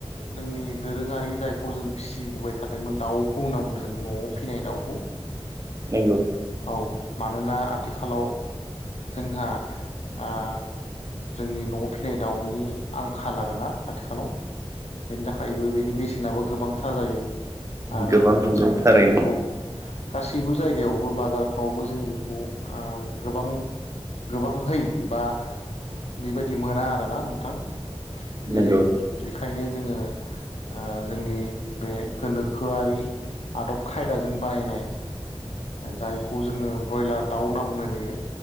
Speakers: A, on the left; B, on the right.
A: जोंनि दोरोङारि जायखौ जों फिसिबोबाय थादोंमोन दाउखौ होनना बुंदों जों नवाव फिनाय दाउखौ
B: नोंगौ
A: औ मानोना आथिखालाव जोंहा आ जोंनि न'वाव फिनाय दाउनि आंखाल आरो ना खाथिखालाव बेनि थाखायबो बेसेनाबो गोबांथार जायो आरो
B: गोबां नंगौ
A: जों
B: थारैनो
A: बेखौ गासैबो जायगायावबो बाजारफ्रावबो जों बेखौ ओ गोबां गोबांहै बा बेबायदि मोना आरोना नोंथां
B: नंगौ
A: जेरै बेखायनो जोङो ओ जोंनि बे गोनोखोआरि आदब खायदाजों बानायनाय जायखौ जोङो ब्रयलार दाउ होनना बुंनाय जायो